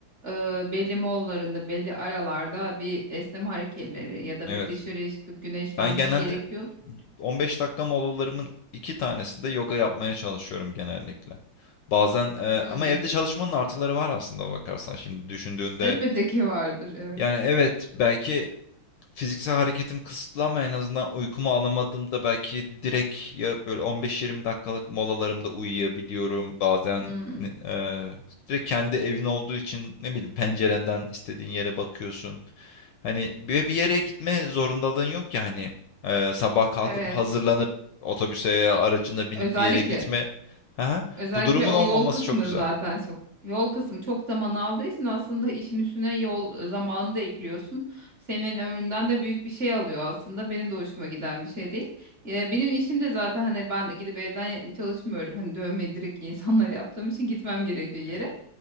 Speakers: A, on the right; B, on the left.
A: e, belli mollarında belli aralarda bir esneme hareketleri ya da
B: Evet.
A: bir dışarıya çıkıp güneşlenme
B: Ben genelde
A: gerekiyor.
B: 15 dakika molalarımın iki tanesinde yoga yapmaya çalışıyorum genellikle. Bazen e,
A: Hmm.
B: ama evde çalışmanın artıları var aslında bakarsan şimdi düşündüğünde.
A: Elbette ki vardır, evet.
B: Yani evet belki fiziksel hareketim kısıtlı ama en azından uykumu alamadığımda belki direkt ya böyle 15-20 dakikalık molalarımda uyuyabiliyorum. Bazen
A: Hmm.
B: eee, direkt kendi evin olduğu için ne bileyim pencerenden istediğin yere bakıyorsun. Hani bir, bir yere gitme zorundalığın yok ya hani eee, sabah kalkıp
A: Evet.
B: hazırlanıp otobüse ya aracına binip
A: Özellikle
B: bir yere gitme. Aha,
A: Özellikle
B: bu durumun
A: o
B: olmaması
A: yol kısmı
B: çok güzel.
A: zaten çok yol kısmı çok zaman aldığı için aslında işin üstüne yol zamanını da ekliyorsun. Senin ömründen de büyük bir şey alıyor aslında. Benim de hoşuma giden bir şey değil. Ya benim işim de zaten hani ben gidip evden çalışmıyorum. Hani dövmeyi direkt insanlara yaptığım için gitmem gerekiyor yere.
B: Evet.